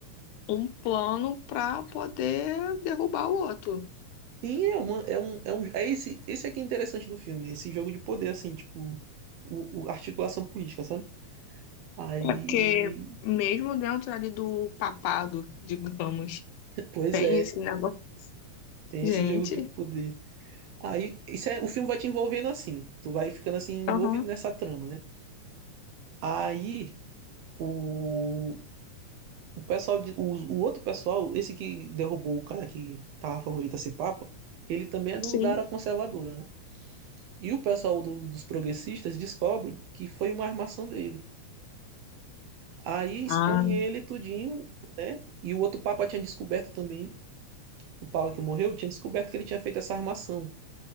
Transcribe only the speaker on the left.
um plano para poder derrubar o outro.
É porque mesmo dentro ali do papado, <laughs> digamos,
tem
esse negócio.
Gente,
aham,
sim.
Ah.